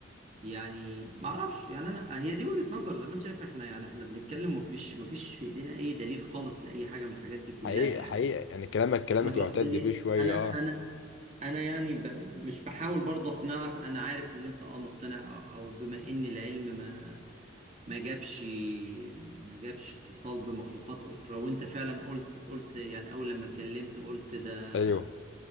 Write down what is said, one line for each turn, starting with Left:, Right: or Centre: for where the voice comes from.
Right: يعني ما اعرفش يعني انا هي دي وجهة نظر زي ما انت شايف احنا يعني احنا بنتكلم ومفيش مفيش في ايدينا اي دليل خالص لاي حاجة من الحاجات دي كلها
Left: حقيقة
Right: يعني
Left: حقيقة يعني كلامك كلامك
Right: احنا
Left: يعتد
Right: بس ايه
Left: بيه شوية
Right: انا
Left: اه
Right: انا انا يعني ب... مش بحاول برضه اقنعك انا عارف ان انت اه مقتنع او أو بما ان العلم ما ما جابش ما جابش اتصال بمخلوقات أخرى وأنت فعلا قلت قلت يعني أول لما اتكلمت قلت ده
Left: ايوه